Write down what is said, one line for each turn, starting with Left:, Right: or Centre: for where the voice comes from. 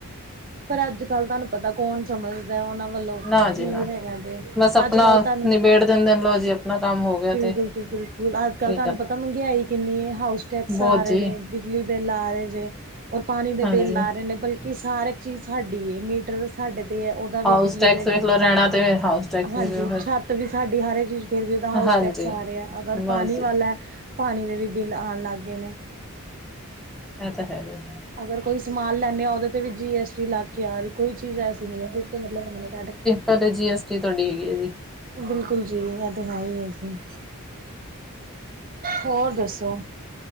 Right: ਪਰ ਅੱਜ ਕੱਲ ਤੁਹਾਨੂੰ ਪਤਾ ਕੌਣ ਸਮਝਦਾ ਉਹਨਾਂ ਵੱਲੋਂ।
Centre: ਨਾ
Right: ਕੀ
Centre: ਜੀ ਨਾ
Right: ਹੈਗਾ ਜੇ
Centre: ਬਸ ਆਪਣਾ
Right: ਅੱਜ ਕਲ ਤੁਹਾਨੂੰ
Centre: ਨਿਬੇੜ ਦਿੰਦੇ ਨੇ ਲਓ ਜੀ ਆਪਣਾ ਕੰਮ ਹੋ ਗਿਆ
Right: ਬਿਲਕੁਲ-ਬਿਲਕੁਲ।
Centre: ਤੇ
Right: ਅੱਜ
Centre: ਕੀ
Right: ਕੱਲ ਤੁਹਾਨੂੰ
Centre: ਕਰਨਾ
Right: ਪਤਾ ਮਹਿੰਗਾਈ ਕਿੰਨੀ ਹਾਊਸ ਟੈਕਸ
Centre: ਬਹੁਤ
Right: ਆ
Centre: ਜੀ
Right: ਰਹੇ ਨੇ। ਬਿਜਲੀ ਬਿੱਲ ਆ ਰਹੇ ਜੇ ਔਰ ਪਾਣੀ ਦੇ
Centre: ਹਾਂਜੀ
Right: ਬਿੱਲ ਆ ਰਹੇ ਨੇ ਬਲ ਕਿ ਸਾਰ ਇੱਕ ਚੀਜ਼ ਸਾਡੀ ਮੀਟਰ ਸਾਡੇ ਤੇ ਹੈ ਉਹਦਾ ਵੀ
Centre: ਹਾਊਸ
Right: ਬਿਜਲੀ
Centre: ਟੈਕਸ
Right: ਬਿੱਲ
Centre: ਵੇਖ
Right: ਹੈ।
Centre: ਲਓ ਰਹਿਣਾ ਤੇ ਫੇਰ ਹਾਊਸ ਟੈਕਸ
Right: ਹਾਂਜੀ
Centre: ਵੀ ਦਿਓ ਫਿਰ
Right: ਛੱਤ ਵੀ ਸਾਡੀ ਹਰੇ ਚੀਜ਼ ਫਿਰ ਵੀ ਉਹਦਾ ਹਾਊਸ
Centre: ਹਾਂਜੀ
Right: ਟੈਕਸ ਆ ਰਿਹਾ ਅਗਰ
Centre: ਬਸ
Right: ਪਾਣੀ
Centre: ਜੀ
Right: ਵਾਲ ਲੇ ਪਾਣੀ ਦੇ ਵੀ ਬਿੱਲ ਆਣ ਲੱਗ ਗਏ ਨੇ।
Centre: ਇਹ ਤਾਂ ਹੈ ਹੀ ਹੈ।
Right: ਅਗਰ ਕੋਈ ਸਮਾਨ ਲੈਂਨੇ ਆ ਔਦੇ ਤੇ ਵੀ ਜੀ ਐਸ ਟੀ ਲੱਗ ਕੇ ਆਰੀ ਕੋਈ ਚੀਜ਼ ਐਸੀ ਨੀ ਹੈ ਫੇਰ ਤੋਂ ਮਤਲਬ <unintelligible>
Centre: ਪੈਲੇ ਜੀ ਐਸ ਟੀ ਤੁਆਡੀ ਹੈਗੀ ਹੈ ਜੀ।
Right: ਬਿਲਕੁਲ ਜੀ ਐ ਤੇ ਹੈ ਹੀ ਹੈ ਜੀ। ਹੋਰ ਦੱਸੋ।